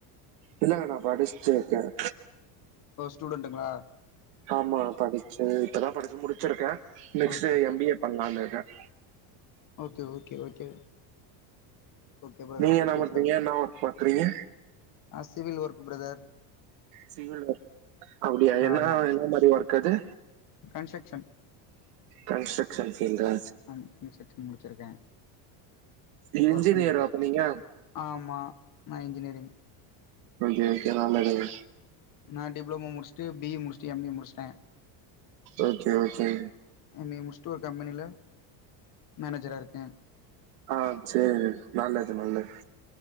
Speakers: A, on the right; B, on the left.
A: இல்ல நா படிச்சுட்டு இருக்கேன்
B: ஓ ஸ்டூடெண்ட்டுங்களா
A: ஆமா படிச்சு இப்பதான் படிச்சு முடிச்சிருக்கேன் next
B: okay
A: M B A பண்ணலாம்னு இருக்கேன்
B: okay okay okay okay brother
A: நீங்க என்னா
B: ஓகே
A: பண்றீங்க
B: பிரதர்
A: என்னா ஒர்க் பாக்றீங்க
B: நா civil work brother
A: civil work அப்டியா
B: ஆமா
A: என்ன என்ன மாரி ஒர்க் அது
B: கன்ஸ்ட்ரக்ஷன்
A: கன்ஸ்ட்ரக்ஷன்ஸ்லிந்த
B: அட்மினிஸ்ட்ரேஷன் முடிச்சிருக்கே
A: இன்ஜினியரா
B: ஒர்க் பண்ணிட்டு இருக்
A: அப்ப நீங்க
B: ஆமா நா இன்ஜினியரிங்
A: ஓகே ஓகே நல்லதுங்க
B: நா டிப்ளமோ முடிஷ்ட்டு பி ஏ முடிஷ்ட்டு எம் ஏ முடிஷ்ட்டே
A: ஓகே ஓகேங்
B: எம் ஏ முட்ஷ்ட்டு ஒரு கம்பெனில மேனேஜரா இருக்கே
A: ஆ சேரிங் நல்லது நல்லது